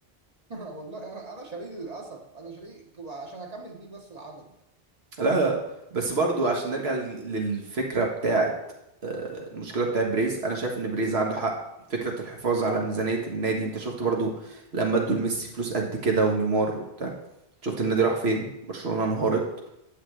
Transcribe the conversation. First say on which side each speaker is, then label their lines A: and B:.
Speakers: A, on the right (about 40°); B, on the right (about 80°).
A: <laughs> والله انا انا شاريه للاسف انا شاريه ك- عشان اكمل بيه بس العدد
B: <laughs> لا لا لا بس برضو عشان نرجع لل- للفكرة بتاعت آه، المشكلة بتاعت بريز انا شايف ان بريز عنده حق فكرة الحفاظ على ميزانية النادي انت شفت برضو لما ادوا لميسي فلوس قد كده ونيمار وبتاع شفت النادي راح فين برشلونة انهارت